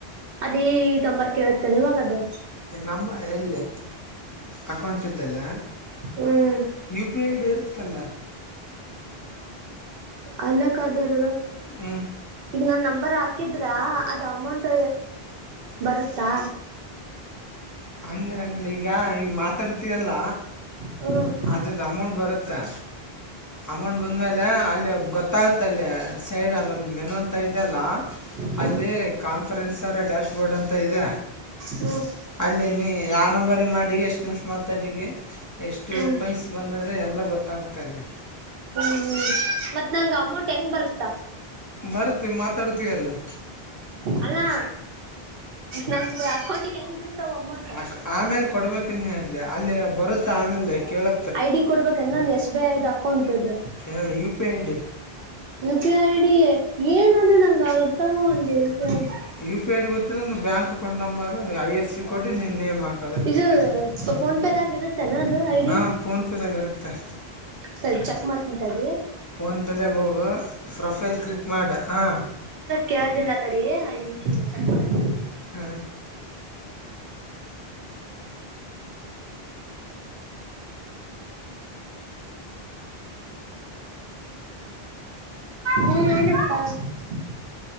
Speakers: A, on the right; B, on the left.
A: ಅದೇ ನಂಬರ್ ಕೇಳಿರ್ತೇನೆ ಇವಾಗದು.
B: ನಂಬ ಇಲ್ಲೇ. ಅಕೌಂಟ್ ಇದ್ದಲ್
A: ಹ್ಮ್
B: ಯು ಪಿ ಐಡ್ ಇರುತ್ತಲ್ಲ.
A: ಅಲ್ಲಕ್ಕಾದಾರ.
B: ಹ್ಞೂ
A: ಈಗ ನನ್ ನಂಬರ್ ಹಾಕಿದ್ರ ಅದು ಅಮೌಂಟ್ ಬರುತ್ತಾ.
B: ಹಂಗಿರಂಗಿಲ್ಲ ಈಗ ಈಗ ಮಾತಾಡ್ತಯಲ್ಲ.
A: ಹ್ಮ್
B: ಅದ್ರದ್ದ ಅಮೌಂಟ್ ಬರುತ್ತಾ ಅಮೌಂಟ್ ಬಂದ್ಮೇಲೆ ಅಲ್ಲಿ ಗೊತ್ತ. ಗೊತ್ತಾಗುತ್ತಲ್ಲ ಸೈಡ್ ಆಮೇಲೆ ಮೆನು ಅಂತ ಇದ ಅಲ್ಲ.
A: ಹ್ಮ್
B: ಅಲ್ಲೆ ಕಾನ್ಫರೆನ್ಸರ್ ಡ್ಯಾಶ್ಬೋರ್ಡ್ ಅಂತ ಇದೆ.
A: ಹ್ಮ್
B: ಅಲ್ಲೇ ನೀ ಯಾ ನಂಬರ್ ಗೆ ಮಾಡಿ ಎಷ್ಟು ನಿಮಿಷ ಮಾತಾಡಿಗೆ ಎಷ್ಟು ಎಷ್ಟು
A: ಹ್ಮ್
B: ರೂಪಾಯಸ್ ಬಂದದೆ ಎಲ್ಲ ಗೊತ್ತಾಗ್ತಾ ಅಲ್ಲಿ
A: ಹ್ಮ್ ಮತ್ತ್ ನಂಗ ಅಮೌಂಟ್ ಹೆಂಗ್ ಬರುತ್ತ.
B: ಬರ್ತೀವಿ ಮಾತಾಡ್ತೀವಲ್ಲ
A: ಅಲ್ಲಾ ನಮ್ದ ಅಕೌಂಟಿಗೆ ಹೆಂಗ್ ಬೀಳ್ತಾವ ಅಮೌಂಟ್
B: ಆ ಆಮೇಲೆ ಕೊಡ್ಬೇಕನ್ನೇ ಅಲ್ಲಿ ಅಲ್ಲಿ ಬರುತ್ತೆ ಆಮೇಲೆ ಕೇಳು
A: ಐ ಡಿ ಕೊಡ್ಬೇಕ ನಂದ ಎಸ್ ಬಿ ಐದ್ ಅಕೌಂಟ್ದು
B: ಹ U P I D
A: U P I D ಏನ ಅದ ನಂಗ ಅಲತನವಲ್ದ U P I D
B: U P ID ಗೊತ್ತಿಲ್ಲ ಅಂದ್ರ bank account number I F C code ನಿನ ನೇಮ್ ಹಾಕು
A: ಇದು ಫೋನ್ಪೇದಾಗ ಇರುತ್ತೆನಾ ಅದು ಐಡಿ
B: ಹಾಂ ಫೋನ್ಪೇದಾಗ ಇರುತ್ತೆ
A: ತಡಿ ಚೆಕ್ ಮಾಡ್ತೆನ ತಡಿ
B: ಫೋನ್ಪೇದಾಗ ಹೋಗು ಪ್ರೊಫೈಲ್ ಕ್ಲಿಕ್ ಮಾಡ ಹಾಂ
A: ಕೇಳದಿಲ್ಲಾ ತಡಿ ಐದ್ ನಿಮಿಷ ಚೆಕ್ ಮಾಡ್ತನಿ
B: ಹಾ
A: ಹ್ಮ್ ಏನಪ್ಪಾ <unintelligible>